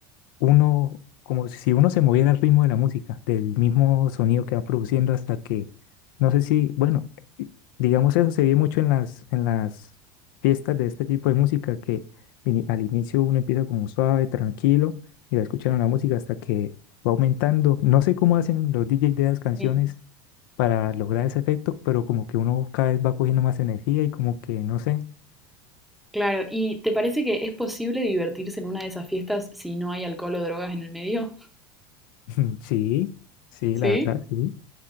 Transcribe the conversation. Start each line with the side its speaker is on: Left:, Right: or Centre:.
Left: uno, como si uno se moviera al ritmo de la música, del mismo sonido que va produciendo hasta que, no sé si, bueno, i- digamos eso se ve mucho en las, en las fiestas de este tipo de música, que ini- al inicio uno empieza como suave, tranquilo, y va escuchando la música hasta que va aumentando. No sé cómo hacen los DJs de las canciones
Centre: sí,
Left: para lograr ese efecto, pero como que uno cada vez va cogiendo más energía y como que, no sé,
Centre: claro. ¿Y te parece que es posible divertirse en una de esas fiestas si no hay alcohol o drogas en el medio? <laughs>
Left: <laughs> sí, sí,
Centre: Sí,
Left: la verdad, sí